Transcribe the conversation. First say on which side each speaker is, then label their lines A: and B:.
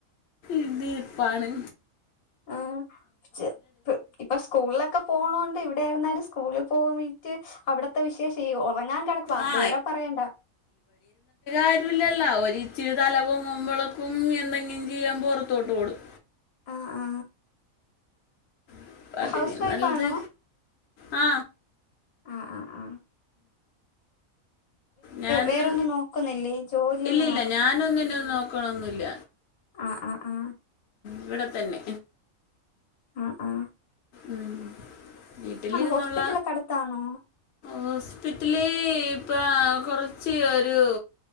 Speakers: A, on the left; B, on the left.
A: ഇതിൽ പ്പാണാ
B: ആ് ചെ പ്പ് ഇപ്പൊ സ്കൂളിലൊക്കെ പോണൊണ്ട് ഇവിടെ സ്കൂൾ പൊവണ്ട്ട്ട് അവിട്ത്ത വിശേഷം ഒ ഒറങ്ങാൻ കിടക്കുവ അതുവരെ
A: ആ
B: പറയണ്ട
A: ആരുല്ലല്ലൊ ഒരിച്ചിരി തല പൊങ്ങുമ്പോളക്കും എന്തെങ്കിലും ചെയ്യാ പൊറത്തോട്ട് ഓടും
B: അ ആ
A: അപ്പം അതിന്
B: ഹൗസ് വൈഫാണോ?
A: നല്ലത് ആ
B: അ അ ആ
A: ഞാൻ
B: വേറൊന്നും
A: ന്ന്
B: നോക്കുന്നില്ലേ ജോലിയൊന്നും
A: ഇല്ലല്ല ഞാനൊന്നിനും നോക്കണന്നൊല്ല
B: അ അ അ
A: ഇവിടെ തന്നെ
B: അ ആ
A: ഉം വീട്ടിലിരുന്നുള്ള
B: ഹോസ്പിറ്റലൊക്കെ അടുത്താണോ
A: ഹോസ്പിറ്റല് ഇപ്പ കൊറച്ച് ഒരു